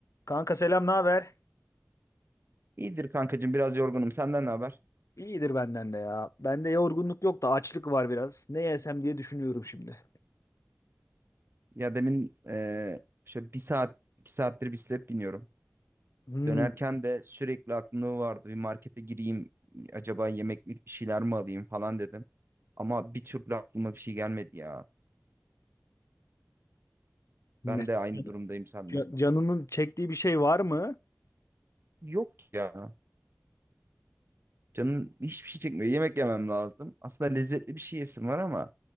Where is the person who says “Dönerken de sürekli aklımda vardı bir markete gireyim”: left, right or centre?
Right